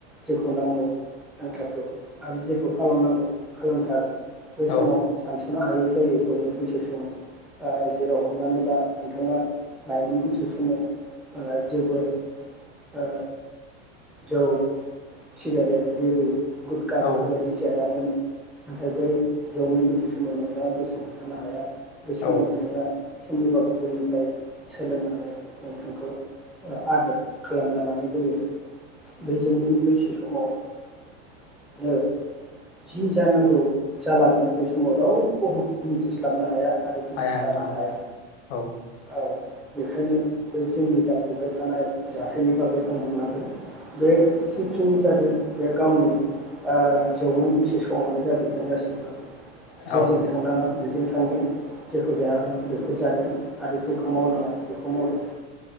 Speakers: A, in the centre; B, on the left (about 55°).
A: जेखौ नांगौ नांथारगौ आरो जेखौ खालामनांगौ खालामथारो। बै
B: औ
A: समाव सान सनो हायै जायो जौमोन बैसो समाव ओ जेराव हमनानै ला नोंथाङा लायमोन बैसो समाव ओ जेबो ओ जौ सिगारेट, बिरि, गुदका
B: औ
A: बेफोरबायदि जायामोन नाथाय बै जौमोन बैसो समाव नोंथाङा गोसो हमथानो हाया समाव
B: औ
A: नोंथाङा सोरनिबा गुबुननिफ्राय सोलोंनानै नोंथांखौ ओ आदोर खालामना लानाय जायो। बै जौमोन बैसो समावनो जि जानांगौ जालाङो बे समाव रावबो हम मिथिस्लाबनो हाया आरो बुजिस्लाबनो
B: हाया नोंथां
A: हाया
B: औ
A: औ बेखायनो बे जोंनि जाफ्लेबाय थानाय जाथायनि बागै आं बुंनांगोन, बे जिखिनि जादों बे गावनि ओ जौमोन बैसो समावनो जाजोबदों गासिबो, जेजों
B: औ
A: थांनाङा बेजों थांदों जेखौ जानाङा बेखौ जादों आरो जेखौ मावनाङा बेखौ मावदों,